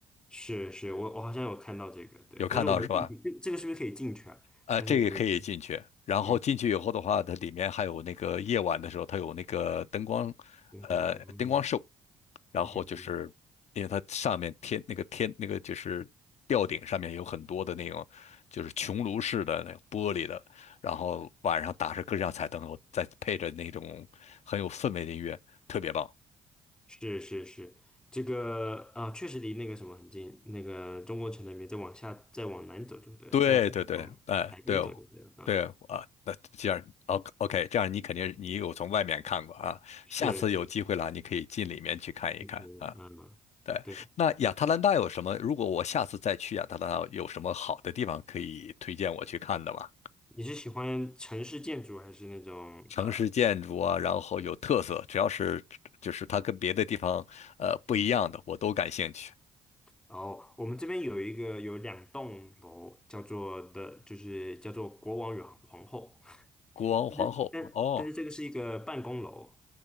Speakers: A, in the centre; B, on the left.
A: 是是，我我好像有看到这个，对，
B: 有看到是吧？
A: 但是我没进去，这这个是不是可以进去啊？
B: 啊、
A: 但是我没，
B: 这个可以进去。然后进去以后的话，
A: 嗯，
B: 它里面还有那个夜晚的时候，它有那个灯光，
A: 天空，
B: 呃，
A: 嗯
B: 灯光秀。然后就是因为它上面天那个天那个就是吊顶上面有很多的那种就是穹庐式的那种玻璃的，
A: 嗯哼，
B: 然后晚上打着各式各样彩灯，再配着那种很有氛围的音乐，特别棒。
A: 是是是，这个啊，确实离那个什么很近，那个中国城那边再往下，再往南走就对了，
B: 对对对，
A: 呃，往海边走就对了，
B: 哎、对哦对啊，
A: 嗯，
B: 那这样，O OK，这样你肯定你有从外面看过啊，
A: 是是，
B: 下次有机会了，你可以进里面去看一看啊。
A: 是，嗯。
B: 对，
A: 对。
B: 那亚特兰大有什么？如果我下次再去亚特兰大，有什么好的地方可以推荐我去看的吗？
A: 你是喜欢城市建筑还是那种呃？
B: 城市建筑啊，然后有特色，只要是就是它跟别的地方呃不一样的，我都感兴趣。
A: 然后我们这边有一个有两栋楼，叫做的，就是叫做国王与皇后，
B: 国王皇后，
A: <laughs> 但但是这个是一个办公楼
B: 哦